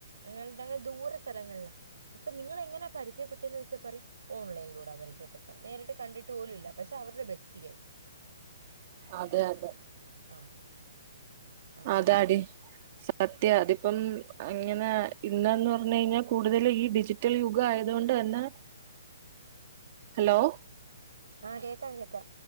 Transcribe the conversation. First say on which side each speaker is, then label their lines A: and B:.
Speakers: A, on the right (about 85°); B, on the right (about 25°).
A: അങ്ങന്ത്തങ്ങന് ദൂര സ്ഥലങ്ങള്ലാ അപ്പം നിങ്ങളെങ്ങനാ പരിചയപ്പെട്ടതോയിച്ചാ പറിം ഓൺലൈനിലൂടെ പരിചയപ്പെട്ടത് നേരിട്ട് കണ്ടിട്ട് പോലുല്ല പക്ഷെ അവര് ബെസ്റ്റിയായി
B: അതെ അതെ
A: ആഹ് അങ്ങനാണ്
B: അതാടി സത്യ അതിപ്പം അങ്ങനെ ഇന്നന്ന് പറഞ്ഞഴിഞ്ഞാൽ കൂടുതൽ ഈ ഡിജിറ്റൽ യു ഗായതോണ്ട് തന്നെ ഹലോ
A: ആ കേക്കാ ഞ്ഞ് കേക്കാ